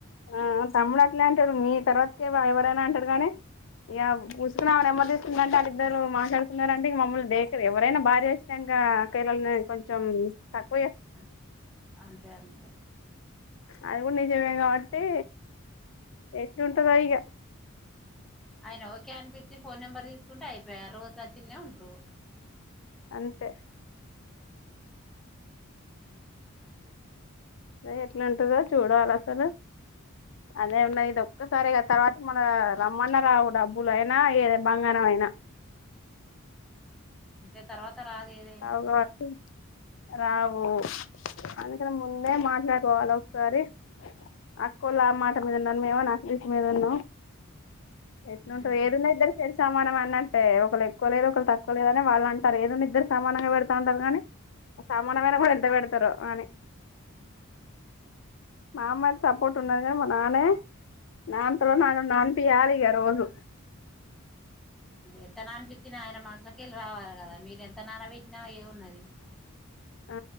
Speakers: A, on the left; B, in the centre.
A: ఆ తమ్ముడు అట్లే అంటాడు. మీ తర్వాతకే ఎవరేనా అంటాడు. కానీ ఇగా పూసుకునా ఆవా నెంబర్ తీసుకుండంట ఆళ్ళిద్దరు మాట్లాడుకున్నారంట మమ్మల్ని దేకర ఎవరైనా భార్య హచ్చినాక అక్కజేల్లల్ని కొంచం తక్
B: అంత్ అంతే అంతే
A: అది కూడా నిజమే కావట్టి ఎట్లుంటదో ఇగా
B: అయిన ఒకే అనిపించి ఫోన్ నెంబర్ తీసుకుంటే అయిపోయ్ రో టచిల్నే ఉంట్రు.
A: అంతే
B: ఉహు
A: అదే ఎంట్లుంటాదో చూడాలి. అసలు అదే ఉన్న ఇది ఒక్కసారి కదా తర్వాతికి మన్నా రమ్మన్న రావు. డబ్బులు అయినా ఏద బంగారం అయినా.
B: అంటే తర్వాత తర్వాత రాదు ఏదైనా
A: రావు కాబట్టి రావు అందుకని ముందే మాట్లాడుకోవాలి ఒకసారి అక్కోలా మాట మీద ఉన్నాను మేమో నా తీస్ మీద ఉన్నా ఎట్లు
B: ఉమ్
A: ఉంటు ఏదన్నా ఇద్దరు కసి సమానం అన్న అంటే ఒక ఒకరు ఎక్కువ లేదు ఒకరు తక్కువ లేదు అన్నారు వాళ్ళు మరి ఏడున్నారుఇద్దరు సమానంగా పెడతా ఉంటారు కానీ ఆ సామానమైన కూడా ఎంత పెడ తార ఆనే మా అమ్మయికి సపోర్ట్ ఉన్నదిగా మా నాన్న నాన్న త నాన్న నానిపియాల ఇక రోజు
B: ఎంత నా అనిపించినా ఆయన మనసుకి వెళ్ళి రావి కదా మీరెంత విత్తనాలు పెట్టిన ఏ ఉన్నది
A: ఆ